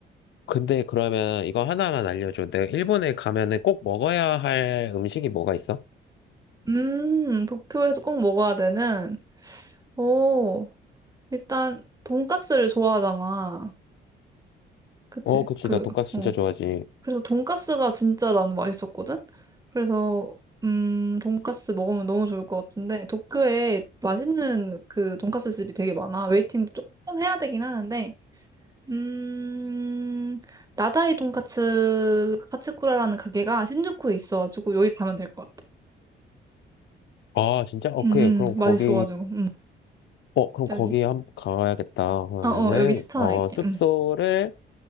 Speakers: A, on the left; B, on the right.
A: 근데 그러면 이거 하나만 알려줘. 내가 일본에 가면은 꼭 먹어야 할 음식이 뭐가 있어?
B: 음, 도쿄에서 꼭 먹어야 되는, 오, 일단, 돈까스를 좋아하잖아. 그치?
A: 어, 그치.
B: 그,
A: 나 돈까스
B: 어.
A: 진짜 좋아하지.
B: 그래서 돈까스가 진짜 나는 맛있었거든? 그래서, 음, 돈까스 먹으면 너무 좋을 것 같은데, 도쿄에 맛있는 그 돈까스 집이 되게 많아. 웨이팅도 조금 해야 되긴 하는데, 음, 나다이 돈까츠 카츠쿠라라는 가게가 신주쿠에 있어가지고, 여기 가면 될 것 같아.
A: 아, 진짜? 오케이.
B: 음,
A: 그럼
B: 음,
A: 거기,
B: 맛있어가지고, 음.
A: 어, 그럼
B: 여기.
A: 거기 한, 가야겠다. 그러면은,
B: 어, 어, 여기 추천할게.
A: 어, 숙소를
B: 응.